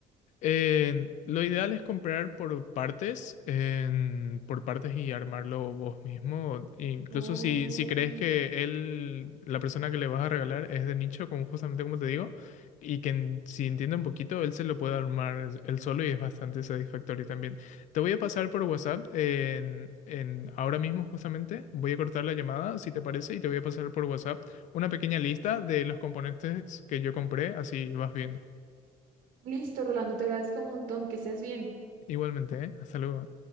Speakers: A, on the left; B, on the right.
A: Eh, lo ideal es comprar por partes, en- por partes y armarlo vos mismo. Incluso
B: Oh,
A: si, si crees que él, la persona que le vas a regalar es de nicho, como justamente como te digo, y que en- si entiende un poquito, él se lo puede armar él solo y es bastante satisfactorio también. Te voy a pasar por WhatsApp en, en- ahora mismo justamente. Voy a cortar la llamada, si te parece, y te voy a pasar por WhatsApp una pequeña lista de los componentes que yo compré, así vas viendo.
B: Listo, Rolando, te agradezco un montón, que estés bien.
A: Igualmente, ¿eh? Hasta luego.